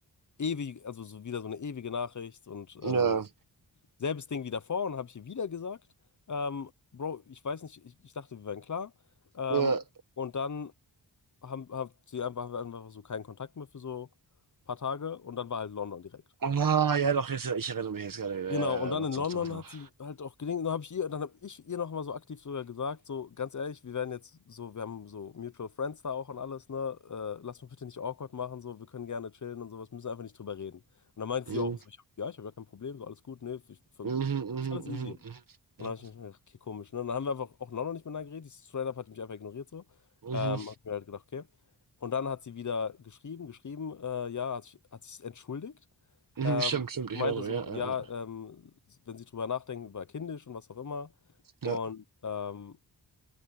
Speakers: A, on the left; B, on the right.
A: ewig, also so wieder so eine ewige Nachricht und
B: ja,
A: ähm, selbes Ding wie davor und habe ich ihr wieder gesagt, ähm, Bro, ich weiß nicht, ich, ich dachte, wir wären klar. Ähm,
B: ja.
A: und dann haben, haben sie einfach, haben wir einfach so keinen Kontakt mehr für so ein paar Tage und dann war halt London direkt.
B: Ah, ja, doch, jetzt, ich erinnere mich jetzt gerade. Ja,
A: Genau,
B: ja,
A: und
B: ja,
A: dann
B: doch,
A: in
B: doch,
A: London
B: doch, doch.
A: hat sie halt auch gelingt. Dann habe ich ihr, dann habe ich ihr nochmal so aktiv sogar gesagt, so ganz ehrlich, wir werden jetzt so, wir haben so Mutual Friends da auch und alles, ne? Äh, lass mich bitte nicht awkward machen, so, wir können gerne chillen und sowas, müssen einfach nicht drüber reden. Und dann meinte
B: Mhm,
A: sie auch so, ich hab, ja, ich habe ja kein Problem, so alles gut, ne? Ich, für,
B: mhm, mhm,
A: ist alles easy.
B: mhm,
A: Und
B: mhm,
A: dann habe ich mich gedacht, okay, komisch, ne? Und dann haben wir einfach auch in London nicht miteinander geredet, die straight up hat mich einfach ignoriert, so.
B: mhm,
A: Ähm, hab mir halt gedacht, okay. Und dann hat sie wieder geschrieben, geschrieben, äh, ja, hat sich, hat sich entschuldigt.
B: mhm,
A: Ähm,
B: mhm, stimmt, stimmt, ich
A: meinte
B: erinnere
A: so, ja,
B: mich.
A: ähm, wenn sie drüber nachdenken, war kindisch und was auch immer.
B: Ja,
A: Und ähm,